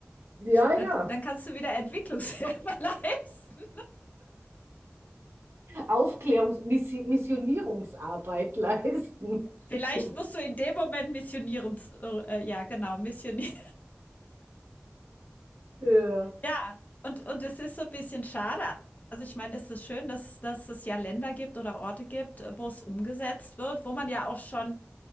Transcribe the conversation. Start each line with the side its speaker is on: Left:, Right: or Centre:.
Right: Ja, ja.
Left: Dann dann kannst du wieder Entwicklungshilfe <laughs> leisten.
Right: Aufklärungs-Missionierungsarbeit leisten.
Left: Vielleicht
Right: <laughs>
Left: musst du in dem Moment missionieren. äh, ja genau, missionieren.
Right: Ja.
Left: Ja, und und es ist so 'n bisschen schade. Also, ich meine, es ist schön, dass dass es ja Länder gibt oder Orte gibt, äh, wo es umgesetzt wird, wo man ja auch schon,